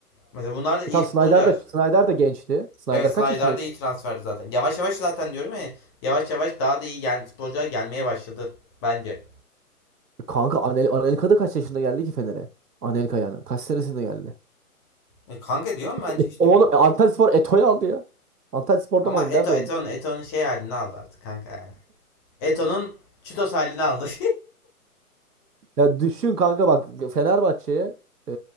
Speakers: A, on the left (about 15°); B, on the right (about 85°).
A: Mesela bunlar da iyi
B: E tam Snyder
A: futbolcular.
B: da, Snyder da gençti. Snyder
A: Evet Snyder
B: kaç yaşında?
A: de iyi transferdi zaten. Yavaş yavaş zaten diyorum ya. Yavaş yavaş daha da iyi gel futbolcular gelmeye başladı bence.
B: Kanka Anel, Anelka da kaç yaşında geldi ki Fener'e? Anelka yani. Kaç senesinde geldi?
A: E, kanka diyorum bence
B: E,
A: işte
B: Oğlum e, Antalyaspor Eto'yu aldı ya. Antalyaspor'da
A: ama
B: mı oynadı?
A: Eto
B: Nerede
A: Eto'nun
B: oynadı?
A: Eto'nun şey halini aldı artık kanka yani. Eto'nun Çitos halini aldı.
B: Ya düşün kanka bak Fenerbahçe'ye e,